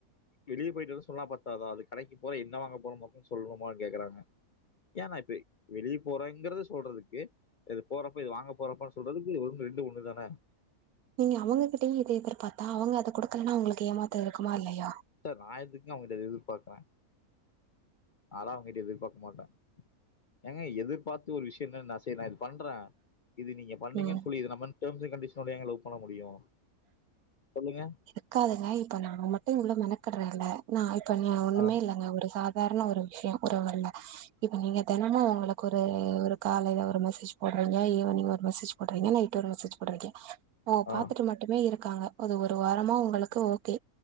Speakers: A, on the left; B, on the right.
A: வெளிய போயிட் வரேன் சொன்னா பத்தாதா அதுக் கடைக்கு போற என்ன வாங்க போற மொத்தக் கொண்டு சொல்லுமான் கேக்குறாங்க ஏ நா இப்ப வெளிய போறேங்கறத சொல்றதுக்கு இது போறப்ப இது வாங்க போறப்பான் சொல்றதுக்கு ரெண்டு ஒன்னு தான
B: நீங்க அவங்ககிட்டயையு இத எதிர்பாத்தா அவங்க அத குடுக்கலனா உங்களுக்கு ஏமாத்தோ இருக்குமா இல்லையா
A: சார் நா எதுக்குங்க அவ்ங்கிட்ட இத எதிர்பாப்ப அதலா நா அவ்ங் கிட்ட எதிர்பாக்க மாட்டே ஏங்க எதிர்பாத்து ஒரு விஷியமே நா செய்ற்னா எதுக் பண்ற இது நீங்க பண்ணீங்கன்
B: ம்
A: சொல்லி இது ந பண் டேம்ஸ் அண் கண்டிஷனோடயாங்க லவ் பண்ண முடியு சொல்லுங்க
B: இருக்காதுங்க இப்ப நா மட்டு இவ்ளவு மெனக்கடுறேன்ல்ல நா இப்ப நீ ஒண்ணுமே
A: ஆ
B: இல்லங்க ஒரு சா தார்ண ஒரு விஷியு உறவ்கல்ல இப்ப நீங்க தெனமு அவ்ங்களுக்கு ஒரு ஒரு காலையில ஒரு மெசேஜ் போட்றீங்க ஈவினிங் ஒரு மெசேஜ் போட்றீங்க நைட் ஒரு மெசேஜ் போட்றீங்க அவ்ங்
A: ஆ
B: பாத்துட்டு மட்டுமே இருக்காங்க அது ஒ ரு வாரமா உங்களுக்கு ஓகே